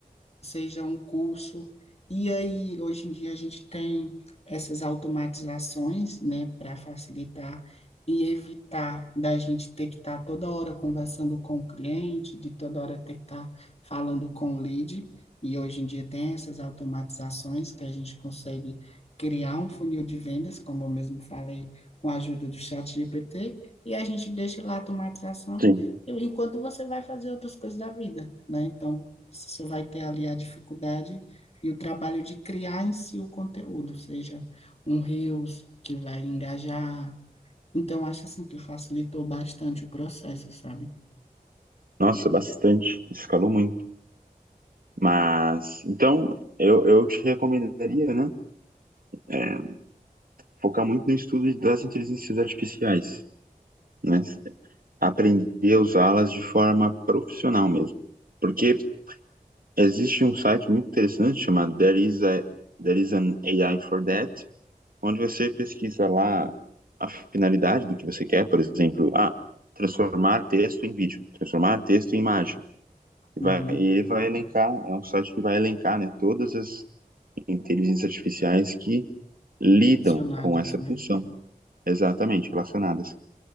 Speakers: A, on the left (about 45°); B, on the right (about 70°).
A: seja um curso. E aí, hoje em dia, a gente tem essas automatizações, né, para facilitar e evitar da gente ter que estar toda hora conversando com o cliente, de toda hora ter que estar falando com o lead. E hoje em dia tem essas automatizações que a gente consegue criar um funil de vendas, como eu mesmo falei, com a ajuda do chat GPT, e a gente deixa lá a automatização,
B: Sim.
A: enquanto você vai fazer outras coisas da vida, né? Então, você vai ter ali a dificuldade e o trabalho de criar em si o conteúdo, seja um Reels que vai engajar. Então, acho assim que facilitou bastante o processo, sabe?
B: Nossa, bastante. Escalou muito. Mas, então, eu, eu te recomendaria, né? é, focar muito no estudo das inteligências artificiais, né? Aprender a usá-las de forma profissional mesmo. Porque existe um site muito interessante chamado There is a, There is an AI for That, onde você pesquisa lá a finalidade do que você quer, por exemplo, ah, transformar texto em vídeo, transformar texto em imagem E
A: Uhum.
B: vai, e ele vai elencar, é um site que vai elencar, né, todas as inteligências artificiais que lidam
A: Relacionadas,
B: com essa
A: né?
B: função, exatamente, relacionadas.